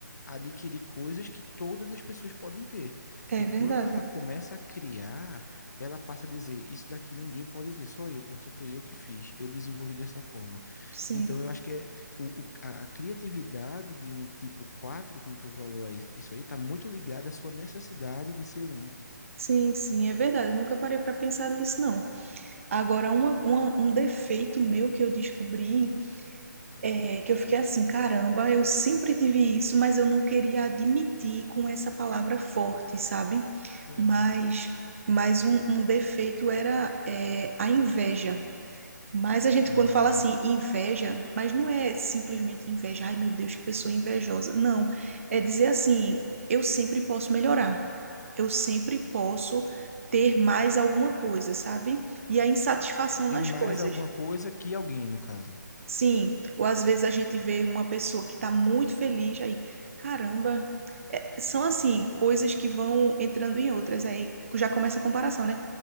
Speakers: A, on the left; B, on the right.
A: adquirir coisas que todas as pessoas podem ter.
B: é
A: E
B: verdade,
A: quando ela começa a criar, ela passa a dizer: Isso daqui ninguém pode ter, só eu, porque fui eu que fiz, eu desenvolvi dessa forma.
B: sim.
A: Então, eu acho que é o, o- a, a criatividade de um tipo 4, como tu falou, aí, isso aí, está muito ligada à sua necessidade de ser única.
B: Sim, sim, é verdade. Eu nunca parei para pensar nisso, não. Agora, uma, uma- um defeito meu que eu descobri
A: Hum,
B: É, que eu fiquei assim, caramba, eu sempre tive isso, mas eu não queria admitir com essa palavra forte, sabe?
A: certo.
B: Mas, mas um, um defeito era é, a inveja. Mas a gente,
A: Ah,
B: quando fala assim, inveja, mas não é simplesmente inveja, ai meu Deus, que pessoa invejosa. Não, é dizer assim, eu sempre posso melhorar, eu sempre posso ter mais alguma coisa, sabe? E a insatisfação
A: ter
B: nas
A: mais
B: coisas.
A: alguma coisa que alguém, no caso.
B: Sim, ou às vezes a gente vê uma pessoa que está muito feliz, aí, caramba, é, são assim, coisas que vão entrando em outras, aí já começa a comparação, né?